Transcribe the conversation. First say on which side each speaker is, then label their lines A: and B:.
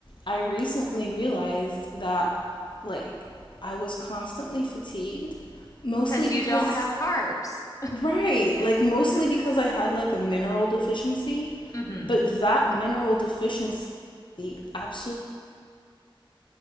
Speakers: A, on the left; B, on the left.
A: I recently realized that, like, I was constantly fatigued, mostly
B: Because
A: because,
B: you don't have carbs.
A: right, like,
B: <laughs>
A: mostly because I had, like, a mineral deficiency.
B: hmm
A: But that mineral deficiency absolutely